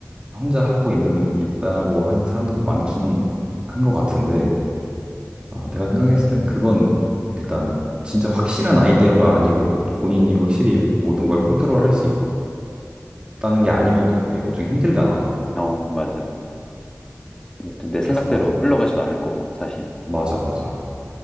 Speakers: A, on the right; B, on the left.
A: 혼자 하고 있는, 있다고 하는 사람들도 많긴 한 것 같은데, 아, 내가 생각했을 땐 그건 일단 진짜 확실한 아이디어가 아니고 본인이 확실히 모든 걸 컨트롤 할 수 있다는 게 아니면 또 그게 엄청 힘들잖아.
B: 어, 맞아. 이게 또 내
A: 그래서
B: 생각대로
A: 나도
B: 흘러가지도 않을 거고, 사실.
A: 맞아 맞아.